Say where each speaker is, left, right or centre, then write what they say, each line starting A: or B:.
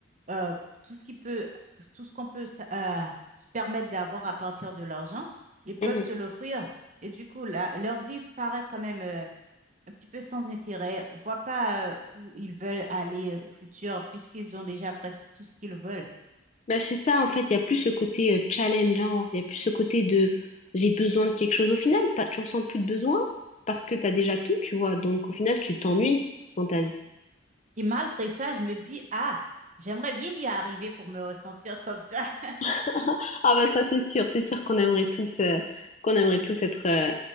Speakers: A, on the right; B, on the left.
A: euh, tout ce qui peut, tout ce qu'on peut s- euh, se permettre d'avoir à partir de l'argent, ils peuvent
B: mm,
A: se
B: mm.
A: l'offrir. Et du coup, la- leur vie paraît quand même euh, un petit peu sans intérêt. Ils voient pas euh, où ils veulent aller au futur puisqu'ils ont déjà presque tout ce qu'ils veulent.
B: Bah c'est ça, en fait, il y a plus ce côté euh, challenge, hein, il y a plus ce côté de j'ai besoin de quelque chose au final, t'as, tu ressens plus de besoin parce que tu as déjà tout, tu vois, donc au final, tu t'ennuies dans ta vie.
A: Et malgré ça, je me dis, ah, j'aimerais bien y arriver pour me ressentir comme ça. <laughs>
B: <laughs> Ah bah ça, c'est sûr, c'est sûr qu'on aimerait tous, euh, qu'on aimerait tous être euh,